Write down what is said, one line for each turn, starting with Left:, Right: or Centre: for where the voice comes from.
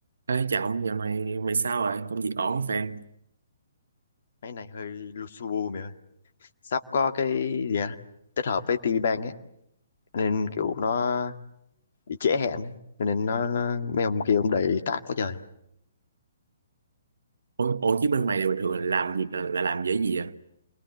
Right: Ê, chào ông, dạo này mày sao rồi? Công việc ổn không fan?
Left: Máy này hơi lu su bu mày ơi. Sắp có cái gì à? Tích hợp với TV Bang ấy. Nên kiểu nó bị trễ hẹn ấy. Cho Nên nó, nó mấy ông kia ông đầy tác quá trời.
Right: Ủa, ủa chứ bên mày là bình thường là làm việc là, là làm về cái gì à?